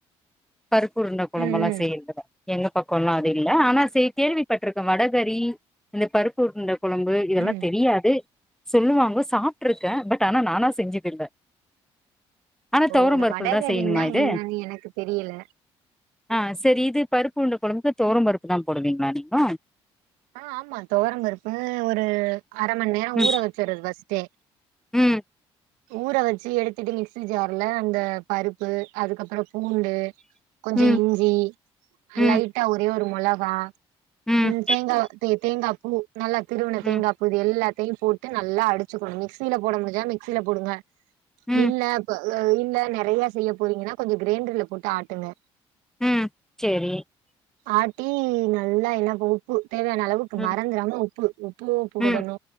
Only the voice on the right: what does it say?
ம் ம்
ம்
ஓ
இந்த
வடகரின்னா
என்னன்னு எனக்கு தெரியல
ஆ ஆமா தொவரம் பருப்பு ஒரு அர மண் நேரொ
ஊற வச்சறது பஸ்ட்டே
ஊற வெச்சி எடுத்துட்டு மிக்சி ஜார்ல அந்த பருப்பு அதுக்கப்பறொ பூண்டு கொஞ்சொ
இஞ்சி
லைட்டா ஒரே ஒரு மொளகா
உம் தேங்கா தே தேங்கா பூ நல்லா திருவின
தேங்கா பூ இது எல்லாத்தையும் போட் ட்டு நல்லா அடிச்சுக்கணு மிக்சில போட முடிஞ்சா மிக்சியில போடுங்க
இல்ல ப இல்ல நெறையா செய்ய போறீங்கன்னா கொஞ்சொ கிரைண்டர்ல போட்டு ஆட்டுங்க.
ஆட்டி நல்லா என்னப்ப உப்பு தேவையான அளவுக்
மறந்துராம உப்பு உப்பு போடணு